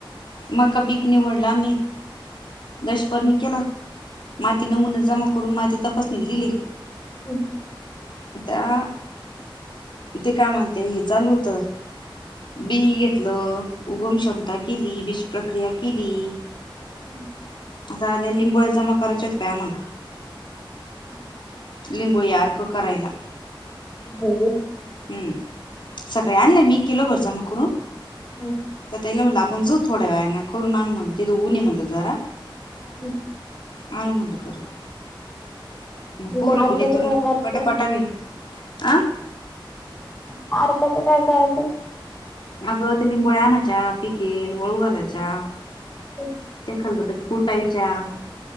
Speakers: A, on the left; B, on the left.
A: मका पिक निवडला मी देश परनी केला माती नमुना जमा करून माजीत तपासणी दिली
B: हम्
A: त्या ते काय म्हणते, हे चालू होत बि घेतलं उगम क्षमता केली. प्रक्रिया केली.
B: हम्
A: आता लिंबू्या जमा करायच्यात का आम्हाला,
B: हम् <unintelligible>
A: लिंबू यार्क करायला.
B: नाही ग
A: हम सकाळे आणले मी किलो भर जा मग करुन <unintelligible>
B: हो
A: तिला म्हणलं आपण जाऊ थोड्या वेळाने करून आणू म्हणलं तिथे उन आहे म्हणलं जरा
B: हम्
A: आ मुणलं कर मग
B: आणि
A: पोर
B: त्या अर्काचं
A: पन येतो ना
B: काय करायचं?
A: पट पटावीन आ
B: सारखच काय करायचं
A: अगं ते लिंबोळया आणनाच्या पिकेल वाळू घालायच्या
B: होच्
A: खलबतात कुटायच्या